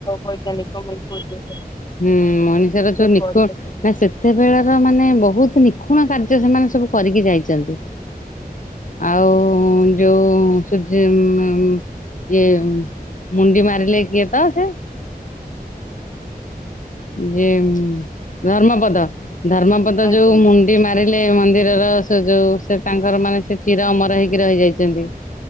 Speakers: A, on the left; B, on the left.
A: ବୈଜ୍ଞାନିକ ମାନେ କୋହୁଥିଲେ।
B: ହୁଁ ମଣିଷର ଯୋଉ ନିଖୋ
A: କରିପାରୁଛନ୍ତି
B: ନା ସେତେବେଳର ମାନେ ବହୁତ ନି କ୍ଷୁଣ କାର୍ଯ୍ୟ ସେମାନେ ସବୁ କରିକି ଯାଇଚନ୍ତି। ଆଉ ଯୋଉ ସୂର୍ଯ୍ୟ ମେ ଇଏ ମୁଣ୍ଡି ମାରିିଲେ କିଏ ତ ସିଏ? ଯେ ଧର୍ମପଦ ଧର୍ମପଦ
A: ଆଜ୍ଞା
B: ଯୋଉ ମୁଣ୍ଡି ମାରିଲେ ମ ନ୍ଦିରର ସେ ଯୋଉ ସେ ତାଙ୍କର ମାନେ ସେ ଚିର ଅମର ହେଇକି ରହିଯାଇଚନ୍ତି।